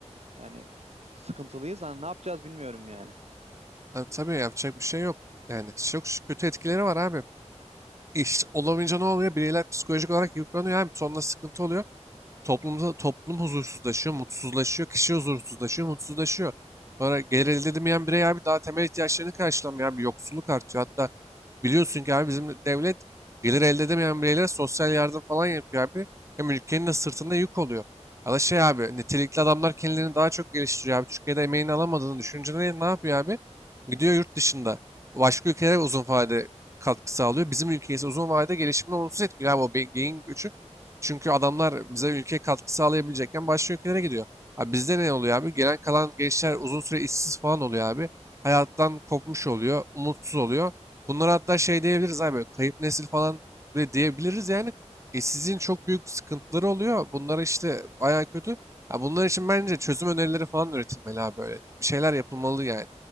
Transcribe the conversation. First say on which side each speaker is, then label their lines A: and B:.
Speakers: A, on the right; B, on the right.
A: yani sıkıntılıyız. Hani ne yapacağız bilmiyorum yani.
B: Ha, tabii yapacak bir şey yok. Yani çok ş- kötü etkileri var abi. İş olamayınca ne oluyor? Bireyler psikolojik olarak yıpranıyor. Hem sonra sıkıntı oluyor. Toplumda toplum huzursuzlaşıyor, mutsuzlaşıyor, kişi huzursuzlaşıyor, mutsuzlaşıyor. Sonra gelir elde edemeyen birey abi daha temel ihtiyaçlarını karşılamıyor. bir yoksulluk artıyor. Hatta biliyorsun ki abi bizim devlet gelir elde edemeyen bireylere sosyal yardım falan yapıyor abi. Hem ülkenin de sırtında yük oluyor. Ya da şey abi nitelikli adamlar kendilerini daha çok geliştiriyor abi. Türkiye'de emeğini alamadığını düşünce ne, ne yapıyor abi? Gidiyor yurt dışında. Başka ülkelere uzun vade katkı sağlıyor. Bizim ülkeyiz uzun vadede gelişimini olumsuz etkiliyor. Abi o be- beyin göçü. Çünkü adamlar bize ülkeye katkı sağlayabilecekken başka ülkelere gidiyor. Abi bizde ne oluyor abi? Gelen kalan gençler uzun süre işsiz falan oluyor abi. Hayattan kopmuş oluyor, umutsuz oluyor. Bunlara hatta şey diyebiliriz abi, böyle kayıp nesil falan bile diyebiliriz yani. İşsizliğin çok büyük sıkıntıları oluyor. Bunlar işte bayağı kötü. Ya bunlar için bence çözüm önerileri falan üretilmeli abi böyle. Bir şeyler yapılmalı yani.